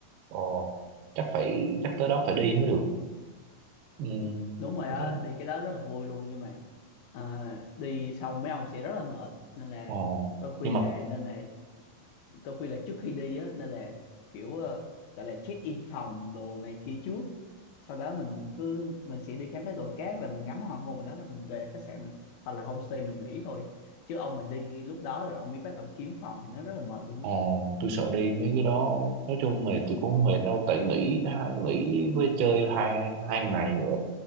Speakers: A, on the right; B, on the left.
A: ồ chắc phải chắc tới đó phải đi mới được ừ
B: đúng rồi đó
A: tôi thấy
B: đi cái đó rất là vui luôn nhưng mà à, đi xong mấy ông sẽ rất là mệt nên là
A: ồ
B: tôi khuyên
A: nhưng mà
B: là nên là tôi khuyên là trước khi đi á nên là kiểu ờ, gọi là check in phòng đồ này kia trước sau đó mình cứ mình sẽ đi khám phá đồi cát và mình ngắm hoàng hôn ở đó rồi mình về khách sạn mình, hoặc là homestay mình nghỉ thôi chứ ông mà đi lúc đó rồi ông mới bắt đầu kiếm phòng thì nó rất là mệt luôn
A: Ờ,
B: á
A: tôi sợ đi mấy cái đó nói chung mệt thì cũng không mệt đâu tại nghỉ hai- nghỉ với chơi hai hai ngày ở